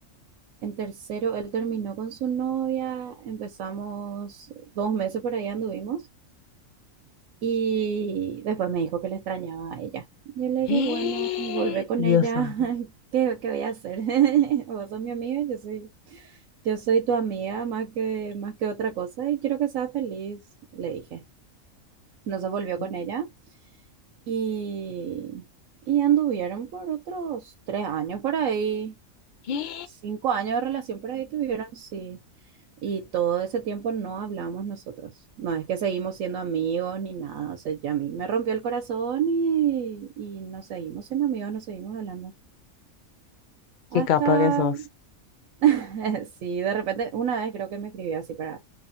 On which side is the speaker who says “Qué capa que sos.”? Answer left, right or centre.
Left